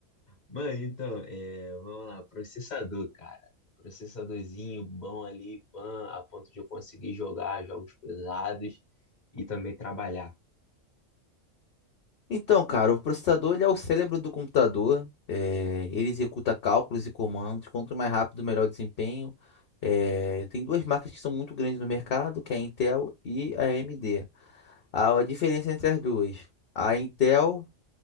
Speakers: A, on the left (about 35°); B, on the left (about 55°).
A: Mano, então, é, vamos lá, processador, cara. Processadorzinho bom ali, pan, a ponto de eu conseguir jogar jogos pesados e também trabalhar.
B: Então, cara, o processador ele é o cérebro do computador. É, ele executa cálculos e comandos. Quanto mais rápido, melhor o desempenho. É, tem duas marcas que são muito grandes no mercado, que é a Intel e a AMD. A, a diferença entre as duas, a Intel